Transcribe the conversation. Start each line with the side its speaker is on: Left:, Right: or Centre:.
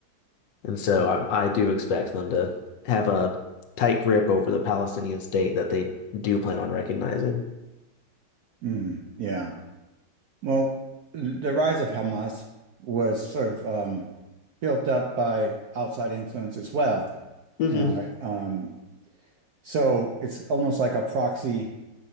Left: and so
Right: Mm,
Left: I, I do expect them to have a tight grip over the Palestinian state that they do plan on recognizing.
Right: mm, yeah. Well, the rise of Hamas was sort of um, built up by outside influence as well.
Left: hmm
Right: You know, um, So it's almost like a proxy